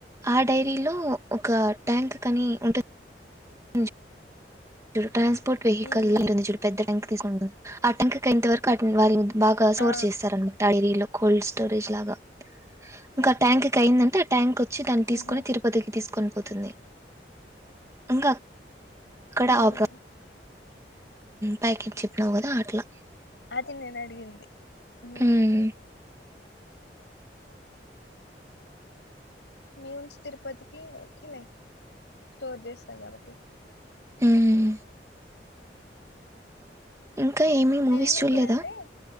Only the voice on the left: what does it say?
మ్మ్ మ్మ్
ఆ
మ్మ్
మ్మ్
అది నేను అడిగింది హు
మీ ఉంచి తిరుపతికి ఓకేలే స్టోర్ చేస్తారు కాబట్టి
నేనే ఏమనుకున్నానంటే